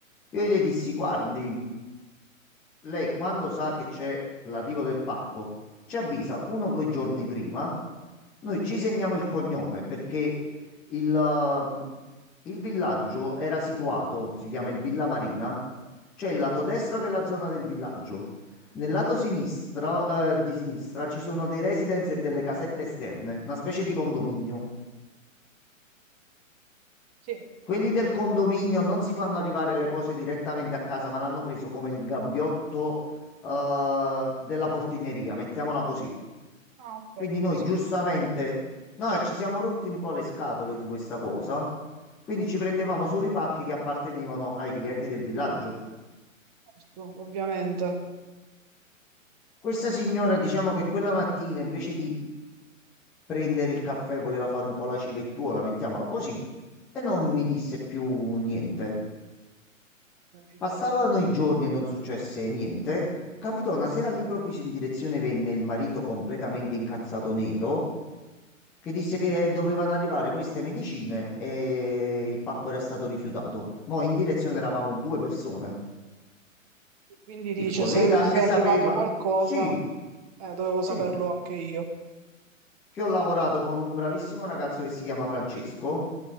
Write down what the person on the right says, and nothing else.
sì,
sì,
sì.
Ah, ok,
sì,
sì, sì.
Giusto, ovviamente.
Ok.
Mm.
Quindi dice,
se,
se è arrivato
qualcosa,
eh, dovevo
saperlo anche io.